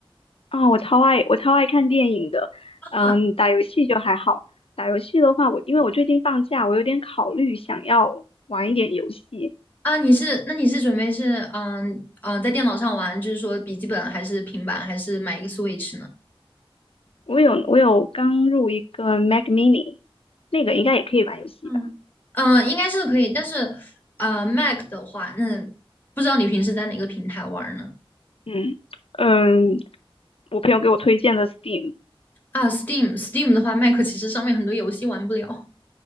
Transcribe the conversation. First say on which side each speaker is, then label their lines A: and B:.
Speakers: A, on the left; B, on the left.
A: 啊，我超爱我超爱看电影的，
B: 啊
A: 嗯，打游戏就还好。打游戏的话，我因为我最近放假，我有点考虑想要玩一点游戏。
B: 啊，你是那你是准备是嗯嗯、呃在电脑上玩，就是说笔记本还是平板，还是买一个 Switch 呢？
A: 我有我有刚入一个 Mac Mini，那个应该也可以玩游戏吧？
B: 嗯，嗯、呃应该是可以，但是呃，Mac 的话，那不知道你平时在哪个平台玩儿呢？
A: 嗯嗯，我朋友给我推荐的 Steam，
B: 啊，Steam，Steam 的话，Mac 其实上面很多游戏玩不了。